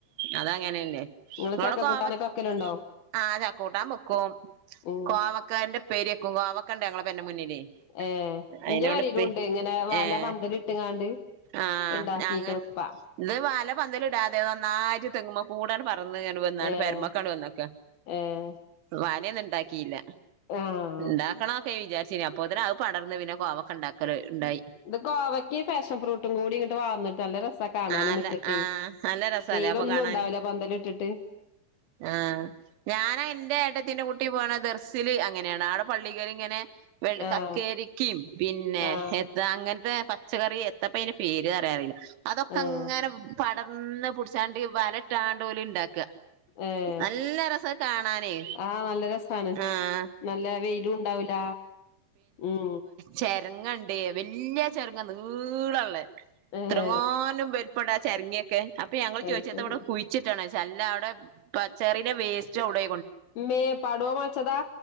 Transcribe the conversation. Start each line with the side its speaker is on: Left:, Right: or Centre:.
Right: അതങ്ങനെന്നേ
Left: നിങ്ങള്
Right: ഇപ്പോവിട
Left: ചക്ക
Right: കോവക്ക്
Left: കൂട്ടാനൊക്കെ വെക്കലുണ്ടോ
Right: ആഹ് ചക്കൂട്ടാൻ പൊക്കും
Left: ഉം
Right: കോവക്കന്റെ പേര്ക്കും കോവക്കണ്ട ഞങ്ങളെ പരെന്റെ മുന്നിലേ
Left: ഏഹ്
Right: അയിനോണ്ട്
Left: ഇന്റെ പേരെയിലും
Right: ഉപ്പേ
Left: ഉണ്ട് ഇങ്ങനെ വല
Right: ഏഹ്
Left: പന്തലി ഇട്ട്ങ്ങാണ്ട്
Right: ആഹ്
Left: ഉണ്ടാക്കിക്കണ്
Right: ഞങ്ങ
Left: ഇപ്പ
Right: ഇത് വല പന്തലടാതെ നന്നായിഴ്ട്ട് തെങ്ങുമ്പോ കൂടാൻ മറന്ന കന്നാണ്
Left: ഏഹ്
Right: പെരമക്കണ്ട് വന്നൊക്കെ
Left: ഏഹ്
Right: വനൊന്നും ഇണ്ടാക്കിയില്ല
Left: ആഹ്
Right: ഇണ്ടാക്കണൊക്കെ വിചാരിചിനി അപ്പത്തനെ അവ പടർന്ന് പിന്നെ കോവക്കെ ഉണ്ടാക്കല ഉണ്ടായി
Left: ഇത് ഗോവയ്ക്ക് ഫാഷൻ ഫ്രൂട്ടും കൂടി ഇങ്ങോട്ട് വളർന്നിട്ടല്ല രസ കാണാൻ
Right: നല്ല
Left: മുറ്റത്ത
Right: ആഹ് നല്ല രസല്ലേ
Left: വെയിലൊന്നും
Right: അപ്പൊ കാണാന്
Left: ഉണ്ടാവില്ല പന്തല ഇട്ടിട്ട്
Right: ആഹ് ഞാന എന്റെ ഏട ത്തിന്റെ കുട്ടി പോണ ദർസില് അങ്ങനെയാണ് ആവിടെ പള്ളികർ ഇങ്ങനെ വെ
Left: ആഹ്
Right: കക്കരിക്കിം പിന്നെ
Left: ആഹ്
Right: അങ്ങനത്തെ പച്ചക്കറി എത്തപ്പ അയ്ന്റെ പേര് കയാറല്ല അതൊക്കെ
Left: ആഹ്
Right: അങ്ങനെ പടർന്ന് പിടിച്ചാണ്ട് വലട്ടാണ്ട് പോലെ ഉണ്ടാക്കുക
Left: ഏഹ്
Right: നല്ല രസ കാണാനേ
Left: ആഹ് നല്ല രസാണ്
Right: ആഹ്
Left: നല്ല വെയിലും ഉണ്ടാവൂല ഉം
Right: ചെരങ്ങണ്ട വല്യ ചെരങ്ങ നീളംള്ളേ
Left: ഏഹ്
Right: ങ്ങോാനും പെരുപ്പെട ചരങ്ങിയൊക്കെ അപ്പൊ ഞങ്ങൾ
Left: അത്
Right: ചോദിച്ച എത്ത
Left: ശരി
Right: ഇവിടെ കു വച്ചിട്ടാണ്ല്ല അവിടെ പച്ചറിയന്റെ വേസ്റ്റ് അവിടെ
Left: ഇമ്മേ പടോം മുളച്ചതാ